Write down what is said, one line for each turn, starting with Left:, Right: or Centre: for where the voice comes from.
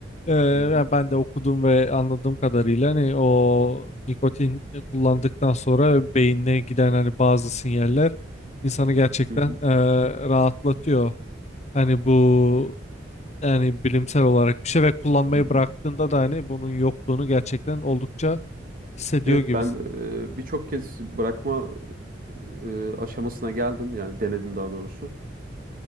Left: Ee, yani
Right: hı hı,
Left: ben de okudum ve anladığım kadarıyla hani o nikotin kullandıktan sonra beynine giden hani bazı sinyaller insanı gerçekten
Right: hı hı,
Left: e, rahatlatıyor. Hani bu yani bilimsel olarak bir şey ve kullanmayı
Right: hı hı.
Left: bıraktığında da hani bunun yokluğunu gerçekten oldukça hissediyor
Right: Evet
Left: gibisin.
Right: ben e, birçok kez bırakma e, aşamasına geldim. Yani denedim daha doğrusu.